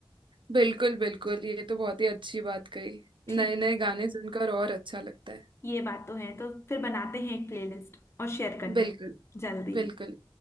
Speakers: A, on the right (about 60°); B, on the left (about 30°).
A: बिल्कुल बिल्कुल ये तो बहुत ही अच्छी बात कही
B: ठीक
A: नए नए गाने सुनकर और अच्छा लगता है
B: ये बात तो है तो फिर बनाते हैं एक प्लेलिस्ट और शेयर करते
A: बिल्कुल
B: हैं जल्दी ही
A: बिल्कुल